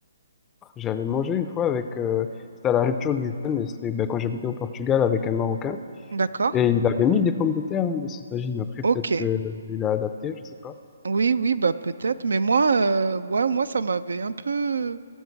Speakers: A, on the left (about 15°); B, on the right (about 80°).
A: j'avais mangé une fois avec, euh, c'était à la rupture du jeûne et c'était ben, quand j'habitais au Portugal avec un Marocain.
B: d'accord.
A: Et il avait mis des pommes de terre hein, dans cette tagine. Après,
B: Ok.
A: peut-être que euh, il a adapté, je sais pas.
B: Oui, oui, bah peut-être, mais moi, euh, ouais, moi, ça m'avait un peu,